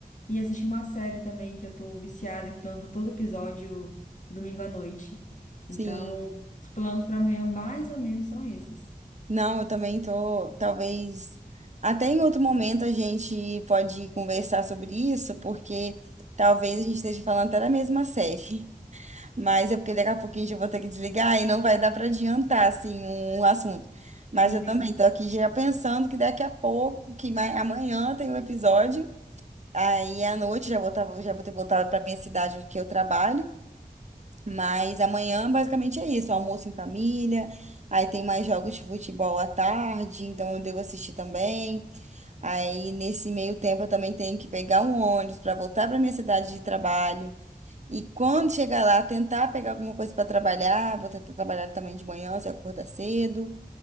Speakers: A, on the left; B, on the right.
A: E assisti uma série também que eu tô viciada, que lança todo episódio domingo à noite.
B: Sim.
A: Então, os planos para amanhã mais ou menos são esses,
B: Não, eu também tô, talvez até em outro momento a gente pode conversar sobre isso, porque talvez a gente esteja falando até da mesma série. <laughs> Mas é porque daqui a pouquinho eu vou ter que desligar e não vai dar para adiantar assim um assunto. Mas
A: entende?
B: eu também tô aqui já pensando que daqui a pouco, que ma- amanhã tem um episódio. Aí à noite já vou voltava, já vou ter voltado para minha cidade que eu trabalho. Mas amanhã basicamente é isso, almoço em família. Aí tem mais jogos de futebol à tarde, então eu devo assistir também. Aí nesse meio tempo eu também tenho que pegar um ônibus para voltar para minha cidade de trabalho. E quando chegar lá, tentar pegar alguma coisa para trabalhar. Vou tentar trabalhar também de manhã, se eu acordar cedo.